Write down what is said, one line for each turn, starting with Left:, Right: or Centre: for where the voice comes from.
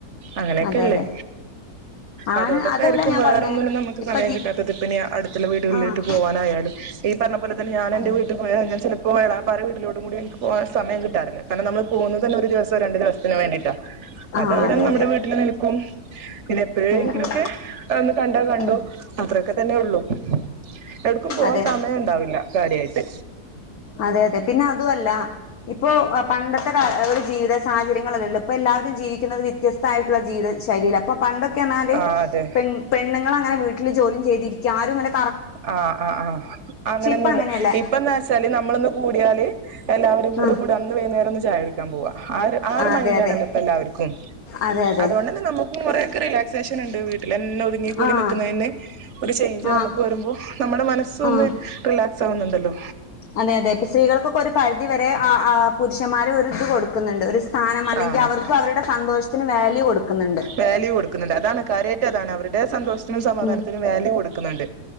Right: അങ്ങനെയൊക്കെല്ലേ
Left: അതെ അതെ ആണ്
Right: അതുകൊണ്ടൊക്കെ
Left: അതല്ല
Right: ആയിരിക്കും
Left: ഞാൻ
Right: വേറൊന്നിനും
Left: പറഞ്ഞേ
Right: നമുക്ക്
Left: ഇപ്പൊ
Right: സമയം
Left: ജി
Right: കിട്ടാത്തത് പിന്നെ അടുത്തുള്ള വീടുകളിലേട്ട്
Left: ആഹ്
Right: പോവാനായാലും ഈ പറഞ്ഞ പോല ഞാനെന്റെ
Left: അതെ
Right: പോയാൽ ഞാൻ ചിലപ്പോ എളാപ്പാരെ വീട്ടിലോട്ടും കൂടി നിക്ക് പോകാൻ സമയം കിട്ടാറില്ല കാരണം നമ്മള് പോകുന്നതെന്നെ ഒരു ദിവസൊ രണ്ടു ദിവത്തിന് വേണ്ടീട്ടാ
Left: ആഹ്
Right: അതവിടെ
Left: അതെ
Right: നമ്മുടെ
Left: അതെ
Right: വീട്ടില് നിൽക്കും പിന്നെ എപ്പോഴെങ്കിലൊക്കെ
Left: ഉം ഉം
Right: ഒന്ന് കണ്ടാ കണ്ടു
Left: ഉം
Right: അത്ര ഒക്കെ തന്നെ ഉള്ളു എവിട്ക്കും പോവാൻ
Left: അതെ
Right: സമയം ഉണ്ടാവില്ല കാര്യായിട്ട്
Left: അതെ അതെ പിന്നെ അതുമല്ല ഇപ്പോ പണ്ടത്തെകാല ഒരു ജീവിത സാഹചര്യങ്ങളലല്ലോ ഇപ്പം എല്ലാവരും ജീവിക്കുന്നത് വ്യത്യസ്തമായിട്ടുള്ള ജീവിത ശൈലിലാ അപ്പം പണ്ടൊ ക്കെ പറഞ്ഞാൽ
Right: ആ അതെ
Left: പെൺ പെണ്ണുങ്ങൾ അങ്ങനെ വീട്ടിൽ ജോലി ചെയ്തിരിക്ക ക്കാ ആരുംങ്ങനെ
Right: ആഹ് ആ ആഹ് അങ്ങനെയൊന്നുല്ല
Left: ഇപ്പ അങ്ങനെയല്ല
Right: ഇപ്പം എന്താ വെച്ചാല് നമ്മളൊന്ന് കൂടിയാൽ എല്ലാവരും കൂടെ
Left: ആഹ്
Right: കൂടിയാ അന്ന് വൈകുന്നേരം ഒന്ന് ചായകുടിക്കും ക്കാൻ പോക ആ ഒരു
Left: അതെ
Right: മൈൻഡ്
Left: അതെ
Right: ആണല്ലോ ഇപ്പൊ എല്ലാവർക്കും
Left: അതെ അതെ
Right: അതുകൊണ്ടന്നെ നമ്മക്കും കൊറേ ഒക്കെ റിലേ സെക്ഷൻ ഇണ്ട് വീട്ടിലന്നെ ഒതുങ്ങ കൂടി
Left: ആഹ്
Right: നിക്കുന്നതിന് ഒരു ചേഞ്ച്
Left: ആഹ്
Right: നമുക്ക് വരുമ്പോ നമ്മുടെ മനസ്
Left: ആഹ്
Right: ഒന്ന് റിലാക്സ് കുന്നുണ്ടല്ലോ
Left: അതെ അതെ ഇപ്പ സ്ത്രീകൾക്കൊക്കെ ഒരു പരിധി വരെ ആ ആ പുരുഷന്മാർ ഒരിത് കൊടുക്കുന്നുണ്ട് ഒരു സ്ഥാനം അല്ലെങ്കിൽ
Right: ആഹ്
Left: അവർക്ക് അവരുടെ സന്തോഷത്തിന് വാല്യൂ കൊടുക്കുന്നുണ്ട്
Right: വാല്യൂ കൊടുക്കുന്നുണ്ട് അതാണ് കാര്യമായി താണ് അവരുടെ സന്തോഷത്തിനും സമാധാനത്തിനും
Left: ഉം
Right: വാല്യൂ കൊടുക്കുന്നുണ്ട്